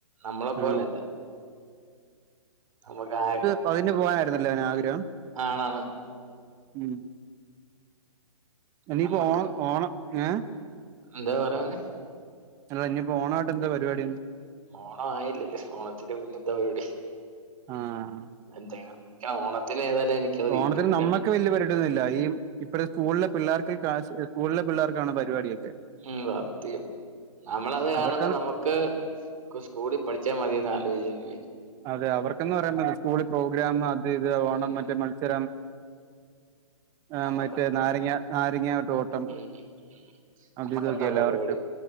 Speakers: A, on the right; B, on the right.
A: നമ്മളെ പോല
B: ആ
A: അല്ല നമ്മക്ക് ആ
B: അപ്പ അതിന് പോകാനായിരുന്നല്ലെ അവന് ആഗ്രഹം
A: ആണാണ്
B: ഉം ഇനീപ്പോ
A: നമ്മക്ക്
B: ഓണം ഓണം ഏഹ്
A: എന്താ പറയാൻ വന്നെ
B: അല്ലാ ഇനിപ്പോ ഓണമായിട്ട് എന്താ പരിപാടിന്ന്
A: ഓണം ആയില്ലല്ലേ ഓണത്തിന്റെ മുന്നെ എന്താ പരിപടി
B: ആഹ്
A: എന്തങ്ങ ഓണത്തിന് ഏതായാലും എനിക്ക് അവധി
B: ഓണത്തിന്
A: കിട്ടും
B: നമ്മൾക്ക്
A: രണ്ടും
B: വല്യ പരിപാടിന്നുമില്ല ഈ ഇപ്പഴ്ത്ത സ്കൂളിലെ പിള്ളേർക്ക് സ്കൂളിലെ പിള്ളേർക്കാണ് പരിപാടിയൊക്കെ
A: ഉം സത്യം നമ്മളത് കാണുമ്പോ
B: അവർക്ക്
A: നമ്മു ക്ക് സ്കൂളിൽ പഠിച്ചാ മതിന്ന് ആലോയ്ച്ച്
B: അതെ അവർക്കന്ന് പറയുമ്പ സ്കൂളിൽ പ്രോഗ്രാം അത് ഇത് ഓണം
A: ഉം
B: മറ്റേ മത്സരം ആ
A: നമ്മക്ക്
B: മറ്റേ നാരങ്ങ നാരങ്ങട്ട ഓട്ടം
A: ഉം ഉം
B: അത്
A: നമ്മക്കെന്താ
B: ഇതൊക്കെ അല്ലെവർക്ക്
A: പരിപാടി